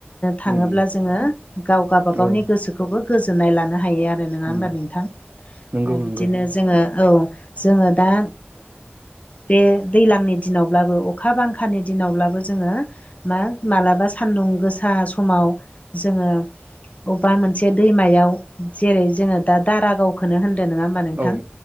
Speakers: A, on the left (about 35°); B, on the right (about 40°).
A: थाङोब्ला
B: उम उम
A: जोङो गाव गाबागावनि
B: औ
A: गोसोखौबो गोजोननाय लानो हायो आरो। नङा होनोमबा
B: उम
A: नोंथां दा
B: नंगौ
A: बि
B: नंगौ
A: बिदिनो जोङो औ जोङो दा बे दै्लांनि दिनावब्लाबो अखा बांखानि दिनावब्लाबो जोङो मा मालाबा सान्दुं गोसा समाव जोङो बबेबा मोनसे दैमायाव जेरै जोङो दा दारागावखौनो होनदों नङा होनबा नोंथां
B: औ